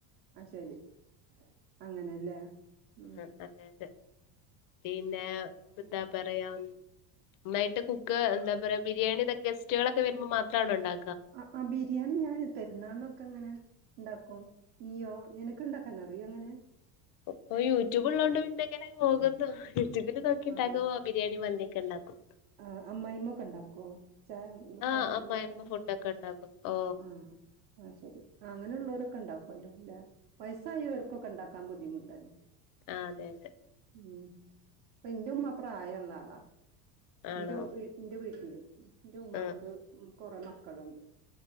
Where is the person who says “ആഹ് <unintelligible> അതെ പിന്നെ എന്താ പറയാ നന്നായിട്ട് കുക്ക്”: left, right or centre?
Left